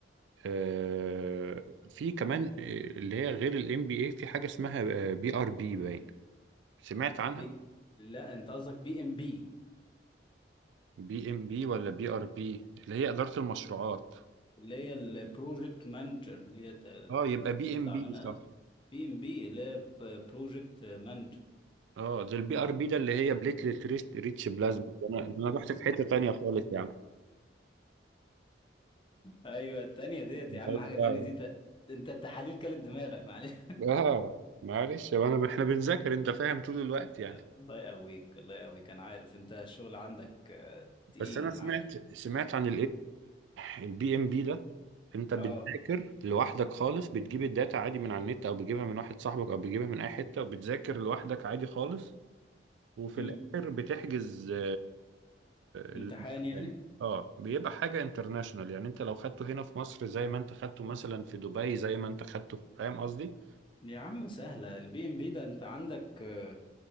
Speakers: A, on the right; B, on the left.
A: آه في كمان آه، اللي هي غير الام بي اي في حاجة اسمها بي ار بي باين سمعت عنها
B: بي... لا انت قصدك بي ام بي
A: بي ام بي ولا بي ار بي اللي هي إدارة المشروعات
B: اللي هي البروجكت مانجر دي
A: اه يبقى بي
B: اطلع
A: ام بي
B: منها
A: صح
B: بي ام بي اللي هي بروجكت مانجر
A: اه ده البي ار بي ده اللي هي بليتلت ريست ريتش بلازما انا انا رحت في حته تانية خالص يا عم
B: ايوه التانية ديت يا عم
A: ماليش
B: حاجة
A: دعوه
B: تانية دي ت... انت التحاليل كلت دماغك معلش
A: اه معلش هو انا احنا بنذاكر انت فاهم طول الوقت يعني
B: <laughs> الله يقويك الله يقويك انا عارف انت الشغل عندك آه، تقيل
A: بس انا
B: انا
A: سمعت
B: عارف
A: سمعت عن البي ام بي ده انت بتذاكر
B: اه
A: لوحدك خالص بتجيب الداتا عادي من على النت او بتجيبها من واحد صاحبك او بتجيبها من اي حته وبتذاكر لوحدك عادي خالص وفي
B: مم.
A: الاخر بتحجز آه،
B: امتحان
A: آه، المكان
B: يعني
A: اه بيبقى حاجه انترناشونال يعني انت لو خدته هنا في مصر زي ما انت خدته مثلا في دبي زي ما انت خدته في- فاهم قصدي
B: يا عم سهلة البي ام بي ده انت عندك آه،